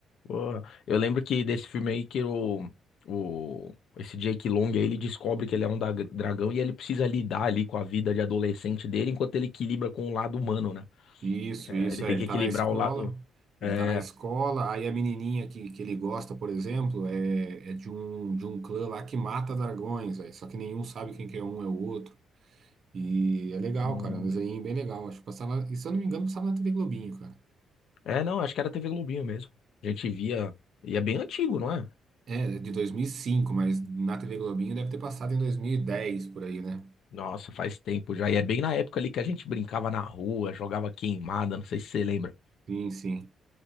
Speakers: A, on the left; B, on the right.
A: pô, eu lembro que desse filme aí que o, o esse Jake Long aí, ele descobre que ele é um da- dragão e ele precisa lidar ali com a vida de adolescente dele enquanto ele equilibra com o lado humano, né?
B: Isso,
A: É,
B: isso,
A: ele tem
B: é. Ele
A: que
B: tá
A: equilibrar
B: na escola.
A: o lado.
B: Ele
A: É,
B: tá na escola, aí a menininha que, que ele gosta, por exemplo, é, é de um, de um clã lá que mata dragões, aí, só que nenhum sabe quem que é um é o outro. E é legal,
A: hum.
B: cara, é um desenho bem legal. Acho que passava, e se eu não me engano, passava na TV Globinho, cara.
A: é, não, acho que era TV Globinho mesmo. A gente via, e é bem antigo, não é?
B: É, é de 2005, mas na TV Globinho deve ter passado em 2010, por aí, né?
A: Nossa, faz tempo já. E é bem na época ali que a gente brincava na rua, jogava queimada, não sei se você lembra.
B: Sim, sim.